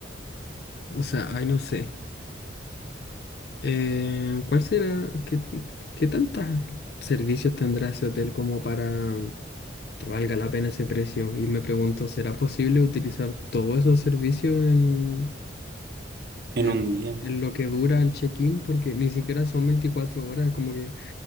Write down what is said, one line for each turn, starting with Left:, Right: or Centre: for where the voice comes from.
Left: o sea, ay, no sé. Eh, ¿cuál será? ¿Qué, qué tantos servicios tendrá ese hotel como para que valga la pena ese precio. Y me pregunto, ¿será posible utilizar todos esos servicios en,
Right: en
Left: en,
Right: un día.
Left: en lo que dura el check-in? Porque ni siquiera son 24 horas, como que